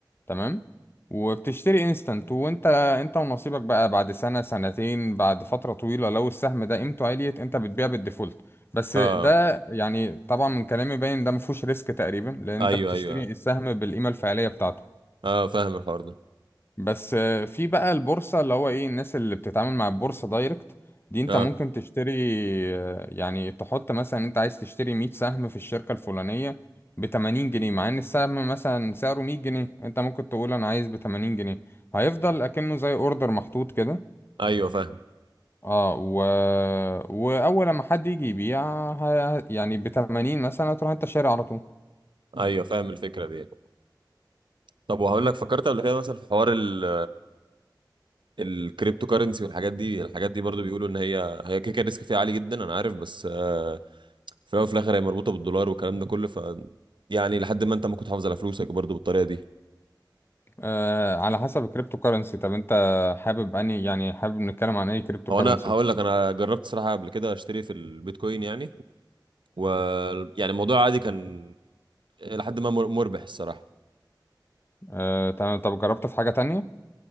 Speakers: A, on the left; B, on the right.
A: تمام وبتشتري انستنت وانت انت ونصيبك بقى بعد سنة سنتين بعد فترة طويلة لو السهم ده قيمته عالية انت بتبيع بالديفولت بس
B: اه
A: ده يعني طبعا من كلامي باين ده مفهوش ريسك تقريبا لان
B: ايوه
A: انت بتشتري
B: ايوه
A: السهم بالقيمة الفعلية بتاعته
B: اه فاهم الحوار ده
A: بس آه، في بقى البورصة اللي هو ايه الناس اللي بتتعامل مع البورصة دايركت دي انت
B: اه
A: ممكن تشتري آه، يعني تحط مثلا انت عايز تشتري 100 سهم في الشركة الفلانية ب 80 جنيه مع ان السهم مثلا سعره 100 جنيه انت ممكن تقول انا عايز ب 80 جنيه هيفضل اكنه زي اوردر محطوط كده
B: ايوه فاهم
A: اه و... واول ما حد يجي يبيع ه... يعني ب 80 مثلا تروح انت شاري على طول
B: ايوه فاهم الفكره دي طب وهقول لك فكرت قبل كده مثلا في حوار ال الكريبتو كارنسي والحاجات دي الحاجات دي برضو بيقولوا ان هي هي كيكه ريسك فيها عالي جدا انا عارف بس آه في الاول وفي الاخر هي مربوطه بالدولار والكلام ده كله ف يعني لحد ما انت ممكن تحافظ على فلوسك برضو بالطريقه دي
A: آه على حسب الكريبتو كرنسي طب انت حابب اني يعني حابب نتكلم عن اي كريبتو
B: هو
A: كرنسي
B: انا هقول لك انا جربت صراحه قبل كده اشتري في البيتكوين يعني و يعني الموضوع عادي كان لحد ما مر- مربح الصراحه
A: آه، تمام طب جربت في حاجة تانية